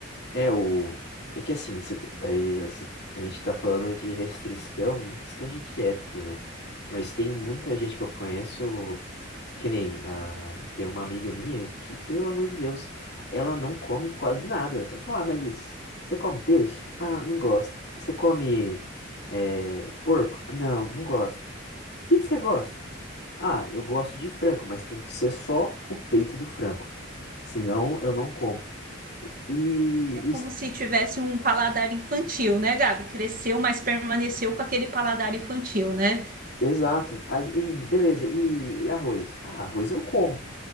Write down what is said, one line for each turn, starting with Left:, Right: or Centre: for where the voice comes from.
Left: é o. É que assim, cê tá- aí, cê- a gente tá falando de restrição, né, questão de dieta, né? Mas tem muita gente que eu conheço, que nem a, tem uma amiga minha que, pelo amor de Deus, ela não come quase nada. Eu falo, ah, mas isso, você come peixe? Ah, não gosto. Você come é, porco? Não, não gosto. O que que você gosta? Ah, eu gosto de frango, mas tem que ser só o peito do frango. Senão eu não como. E,
Right: É como
Left: e-
Right: se tivesse um paladar infantil, né, Gabi? Cresceu, mas permaneceu com aquele paladar infantil, né?
Left: exato. Aí, e beleza. E, e arroz? Ah, arroz eu como.